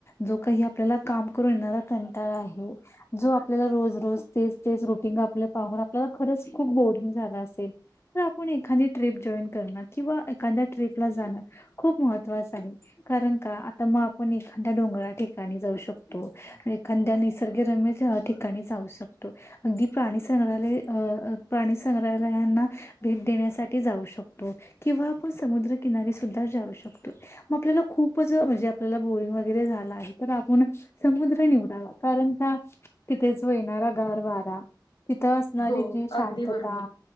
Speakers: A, on the left; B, on the left.
A: जो काही आपल्याला काम करून येणारा कंटाळा आहे, जो आपल्याला रोज रोज, तेच तेच रुटीन आपलं पाहून, आपल्याला खरंच खूप बोअरिंग झालं असेल तर आपण एखादी ट्रिप जॉईन करणं किंवा एखाद्या ट्रीपला जाणं खूप महत्वाचं आहे. कारण का आता मग आपण एखाद्या डोंगरा ठिकाणी जाऊ शकतो, एखाद्या निसर्गरम्य ठिकाणी जाऊ शकतो. अगदी प्राणी संग्रहालय अ प्राणी संग्रहालय यांना भेट देण्यासाठी जाऊ शकतो. किंवा आपण समुद्रकिनारी सुद्धा जाऊ शकतो. मग आपल्याला खूपच म्हणजे आपल्याला बोरिंग वगैरे झालं आहे तर आपण समुद्र निवडावा, कारण का तिथेच मिळणारा गार वारा, तिथं असणारी
B: हो
A: जी शांतता
B: अगदी बरोबर